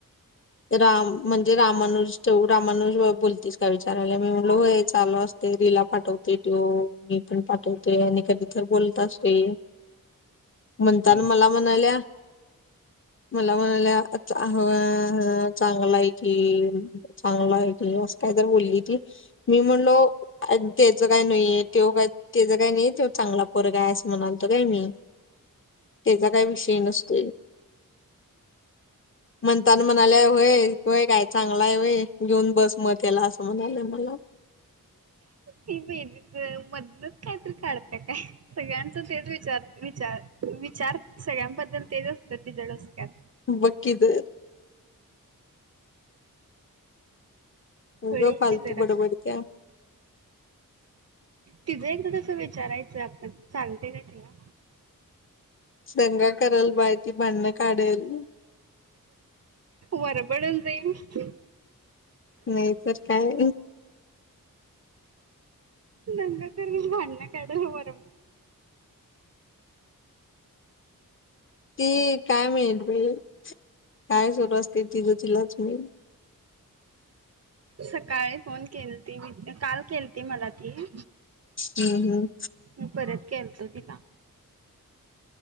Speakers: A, on the left; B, on the right.
A: राम म्हणजे रामानुज ठेव रामानुज बोलतीस का विचारायला मी म्हणलो होय चालू असते रिला पाठवतोय तो मी पण पाठवतोय आणि कधी तर बोलत असते म्हणताना
B: हम्म.
A: मला म्हणाल्या मला म्हणाल्या ह हा चांगला आहे की चांगला आहे कि असं काय तर बोलली ती मी म्हणलो त्याच काय नाहीय तेव काय त्याच काय नाही ते चांगला पोरगा आहे असं म्हणालत काय मी त्याचा काय विषय नत म्ह ता म्हणालेय होय वय काय चांगला आहे वय घेऊन बस मत याला असं म्हणालय मला
B: ती बेदीच मधनच काहीतरी काढतं काय सगळ्यांचं तेच विचार विचार विचार सगळ्यांबद्दल तेच असतं तिचं डोस्कायात.
A: बग की तर उग
B: थोडी
A: फलतू
B: ती जरा
A: बड बड त्या
B: तिचं एकदा तसं विचारायचं आपण, चालत का तुला
A: दंगा कराल बाळ ती भांडणं काढेल.
B: बडबडून जाई
A: नाही तर काय
B: दंगा तर मी भांडण का बर
A: ती काय माहील बाई काय सुरू असते तिझं तिलाच माहीत
B: सकाळी फोन केलती काल केलती मला ती
A: हम्म हम्म
B: मी परत केलतो तीला